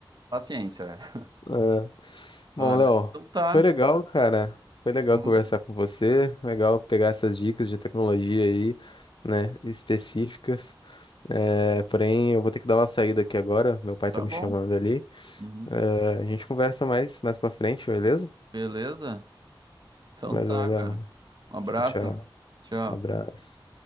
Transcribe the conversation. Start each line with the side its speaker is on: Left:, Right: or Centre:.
Right: paciência. é.
Left: é.
Right: Ah,
Left: Bom, Léo,
Right: mas então tá.
Left: foi legal, cara. Foi legal
Right: Uhum,
Left: conversar com você. Legal pegar essas dicas de tecnologia aí, né, específicas. É, porém, eu vou ter que dar uma saída aqui agora. Meu pai
Right: Tá
Left: tá me
Right: bom.
Left: chamando ali.
Right: Uhum.
Left: É, a gente conversa mais mais pra frente, beleza?
Right: Beleza? Então
Left: Valeu,
Right: tá, cara.
Left: Léo.
Right: Um abraço.
Left: Tchau, tchau.
Right: Tchau.
Left: Um abraço.